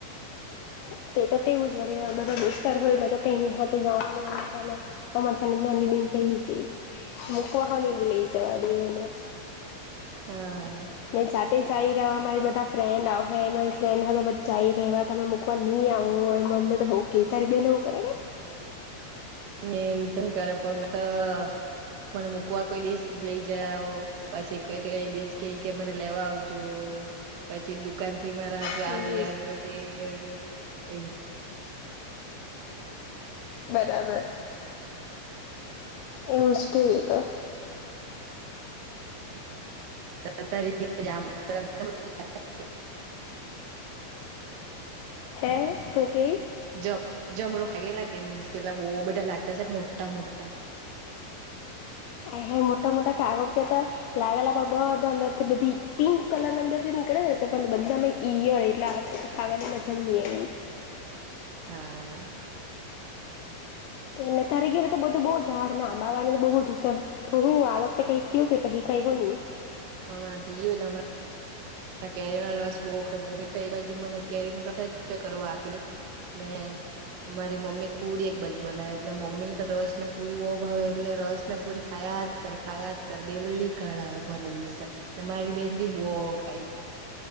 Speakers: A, on the left; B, on the right.
A: હ. તે તો તેવું જ વડે બધાસ્તાર હોય તેની સાથે જવાની અમરથ્ઞની બ. એમ કે મકુવા હ બ લ જવા દ એને.
B: હા.
A: મેં જાતે જાય રહવા મારી બધા ફ્રેન્ડ આવરી ફ્રેન્ડ સાથે બધ જઈ રવા તમે મકવા નહી આવે. એમ અમને તો બઉ કે તારી બેન એવું કરે કે.
B: ને એવું નહી કરે પણ મે મને મૂકવા કોઈ ડડીશ લઈ જાવ પછી કોઈઈડીશ કે કે મને લેવા આવજો. પછી દુકાન થી મા રાજો
A: હમ
B: આ લઈ આવજો તે લઈ આવજો એ.
A: બરાબર. એવું જ કે તો.
B: <unintelligible> <inaudible>
A: <inaudible> હે તકે
B: જમ, જમ રાગ લાગે નહી પેલા બહુ બધા લાગતા છે, મોટા, મોટા
A: હા, હા મોટા, મોટા ક વક ત્યા, તો લાગેલા પણ બ અંદરથી બધી પિંક કલરની અંદર નીકળે પણ બધા ઈ હોય, એટલે આ વખતે ખાવાની મજા નહી, આવી
B: હા
A: ને તારી ઘીરે, તો બધું બહુ જઝાડ ને આંબાવાળ ને બહુ હુસન, તો હું આ વખતે કઈ થયુ, કે પછ કઈ, હો
B: કમણા, હોયમણા કેરીનો રસ બોખ મી એ બાજુ, મને કેરી ન રસ જ પે કરવા આપી દે ને મારી મમ્મી પુરી એક બાજુ બનાવે એટલે મમ્મી ને તો રસ ને પૂરી બહુ ભાવે એટલે રસ ને પૂરી ખાય યાજ કર ખાયા જ કર ડેલી ઘળ આવેરી, મમ્મી ત ને મારી બેન ભ બો ખાઈ